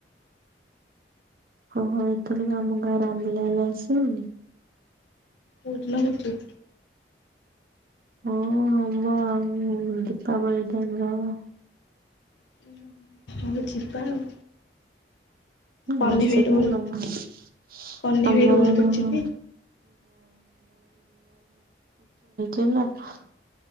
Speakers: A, on the right; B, on the left.
A: ହଁ ଏଥରିକ ଆମ ଗାଁ ରାମନିଳା ହେଲେ ଆସିବୁନି ‌।
B: କୋଉ ଦିନ‌ ହଉଛିି।
A: ହଁ ହବ ଦୀପାବଳି ଟାଇମ ରେ ହବ।
B: ତାହେଲେ ହଉ ଯିବା ଆଉ। କହ୍ନେଇ
A: ଆସିବୁ
B: ଭାଇ ରୋଲ
A: ରମନିଳା
B: କହ୍ନେଇ
A: ଆମର
B: ଭାଇ ରୋଲ
A: ଯୋଉ।
B: କରୁଛି ଟି?
A: <unintelligible>